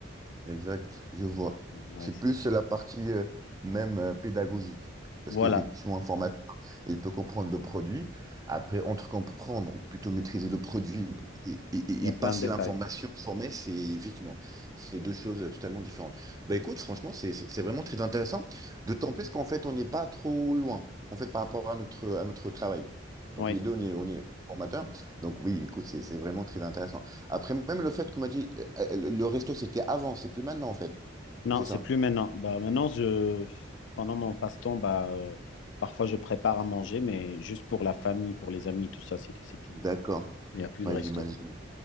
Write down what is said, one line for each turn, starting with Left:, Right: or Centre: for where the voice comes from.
Right: Exact, je vois.
Left: Ouais,
Right: C'est
Left: c'est,
Right: plus
Left: c'est
Right: la
Left: très-
Right: partie euh, même euh, pédagogique. Parce
Left: Voilà,
Right: qu'effectivement, un formateur, il peut comprendre le produit. Après, entre comprendre, ou plutôt maîtriser le produit et, et- et-
Left: il y a
Right: et
Left: plein
Right: passer
Left: de détails.
Right: l'information formée, c'est effectivement, c'est deux choses euh, totalement différentes. Bah écoute, franchement, c'est c'est- c'est vraiment très intéressant. D'autant plus qu'en fait, on n'est pas trop loin, en fait, par rapport à notre, à notre travail. Donc
Left: Oui.
Right: les deux, on est, on est formateur. Donc oui, écoute, c'est c'est vraiment très intéressant. Après, même le fait qu'on m'a dit, euh, le le resto, c'était avant, c'est plus maintenant, en fait.
Left: Non,
Right: C'est
Left: c'est
Right: ça.
Left: plus maintenant. Bah, maintenant, je, pendant mon passe-temps, bah, euh, parfois je prépare à manger, mais juste pour la famille, pour les amis, tout ça, c'est c'est tout.
Right: D'accord.
Left: mais il n'y a plus
Right: Ouais,
Left: de resto.
Right: j'imagine.